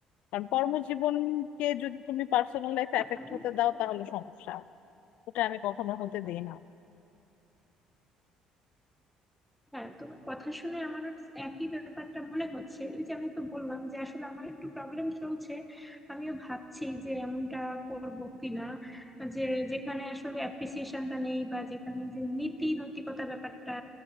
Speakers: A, on the left (about 70°); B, in the centre.
A: কারণ কর্মজীবনকে যদি তুমি পার্সোনাল লাইফ এফেক্ট
B: এখন
A: হতে দাও তাহলে সমস্যা ওটা আমি কখনো হতে দিই না
B: হ্যাঁ তোমার কথা শুনে আমারও একই ব্যাপারটা মনে হচ্ছে ওই যে আমি তো বললাম যে আসলে আমার একটু প্রবলেম চলছে আমিও ভাবছি যে এমনটা করব কিনা যে যেখানে আসলে অ্যাপ্রিসিয়েশনটা নেই বা যেখানে যে নীতি নৈতিকতা ব্যাপারটা